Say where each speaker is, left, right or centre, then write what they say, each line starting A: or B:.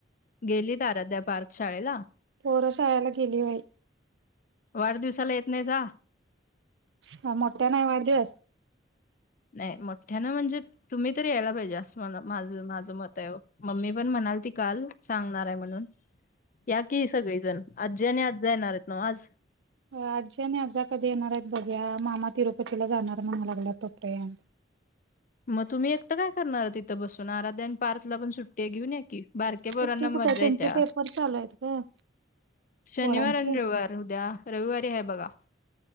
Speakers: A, on the left; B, on the right.
A: गेलीत अराध्या, पार्थ शाळेला?
B: पोर शाळेला गेली बाई.
A: वाढदिवसाला येत नाहीसा?
B: का मोठ्यान हाय वाढदिवस?
A: नाही मोठ्यानं म्हणजे तुम्ही तरी यायला पाहिजे असं मला माझं -माझं मत हाय ओ. मम्मी पण म्हणालती काल सांगणार आहे म्हणून. या की सगळीजण आजी आणि आजा येणार आहेत नव्ह आज.
B: आजी आणि आजा कधी येणार आहेत बघूया मामा तिरुपतीला जाणार म्हणाय लागल्यात तोपर्यंत.
A: मग तुम्ही एकटं काय करणार तिथं बसून? आराध्या आणि पार्थला पण सुट्टी आहे घेऊन या की. बारके
B: सुट्टी
A: पोरांना मजा
B: कुठे त्यांचे
A: येत्या
B: पेपर चालू आहेत ग
A: शनिवार
B: पोरांचे
A: आणि रविवार उद्या, रविवारी आहे बघा.